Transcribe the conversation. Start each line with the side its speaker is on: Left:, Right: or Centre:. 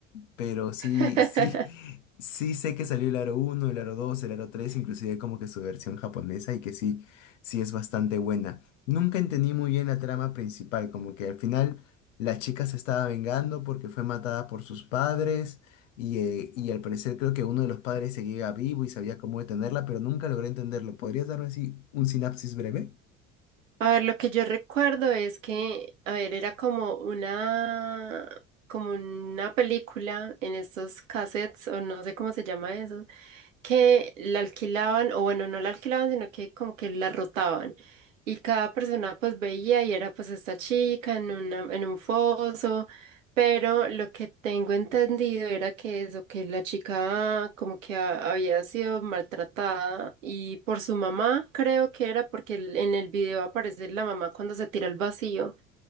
Left: Pero sí,
Right: <laughs>
Left: sí, <laughs> sí sé que salió el Aro uno, el Aro dos, el Aro tres, inclusive como que su versión japonesa y que sí, sí es bastante buena. Nunca entendí muy bien la trama principal, como que al final la chica se estaba vengando porque fue matada por sus padres y, eh, y al parecer creo que uno de los padres seguía vivo y sabía cómo detenerla, pero nunca logré entenderlo. ¿Podrías darme así un sinapsis breve?
Right: A ver, lo que yo recuerdo es que, a ver, era como una, como una película en estos cassettes, o no sé cómo se llama eso. que la alquilaban, o bueno, no la alquilaban, sino que como que la rotaban. Y cada persona pues veía y era pues esta chica en una, en un foso, pero lo que tengo entendido era que eso, que la chica como que ha- había sido maltratada y por su mamá, creo que era porque el- en el video aparece la mamá cuando se tira al vacío.